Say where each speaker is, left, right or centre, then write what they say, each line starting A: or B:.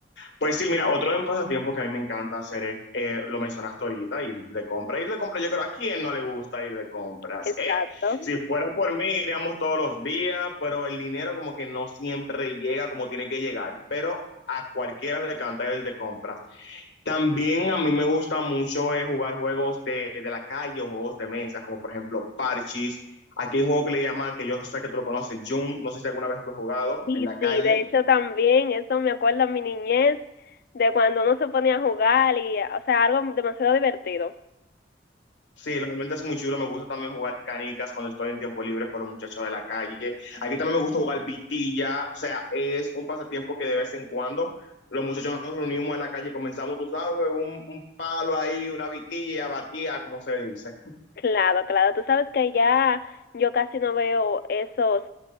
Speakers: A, on the left; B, on the left.
A: Pues sí, mira, otro de mis pasatiempos que a mí me encanta hacer es, eh, lo mencionaste ahorita, ir de compra. Ir de compra, yo creo, ¿a quién no le gusta ir de compras?
B: Exacto.
A: Eh, si fuera por mí, iríamos todos los días, pero el dinero como que no siempre llega como tiene que llegar, pero a cualquiera le encanta ir de compras. También a mí me gusta mucho eh, jugar juegos de, de la calle o juegos de mesa, como por ejemplo Parchis. Aquí hay un juego que le llaman, que yo sé que tú lo conoces, Jum. No sé si alguna vez lo has jugado
B: Y
A: en la calle.
B: sí, de hecho también, eso me acuerda a mi niñez, de cuando uno se ponía a jugar y, o sea, algo demasiado divertido.
A: Sí, realmente es muy chulo. Me gusta también jugar canicas cuando estoy en tiempo libre con los muchachos de la calle. Aquí también me gusta jugar vitilla. O sea, es un pasatiempo que de vez en cuando los muchachos nos reunimos en la calle, comenzamos, tú sabes, un, un palo ahí, una vitilla, batía, como se dice.
B: Claro, claro. Tú sabes que ya yo casi no veo esos